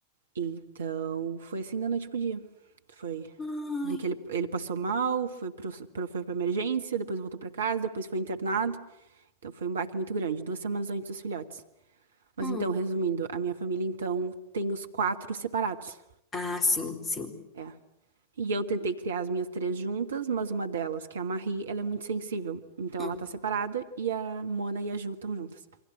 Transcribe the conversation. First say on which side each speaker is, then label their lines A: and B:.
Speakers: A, on the right; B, on the left.
A: Então, foi assim da noite pro dia. Foi
B: Ai.
A: do que ele, ele passou mal, foi pro, pro, foi pra emergência, depois voltou pra casa, depois foi internado. Então, foi um baque muito grande, duas semanas antes dos filhotes. Mas
B: hum.
A: então, resumindo, a minha família, então, tem os quatro separados.
B: Ah, sim, sim.
A: É. E eu tentei criar as minhas três juntas, mas uma delas, que é a Marie, ela é muito sensível. Então,
B: Hum.
A: ela tá separada e a Mona e a Ju estão juntas.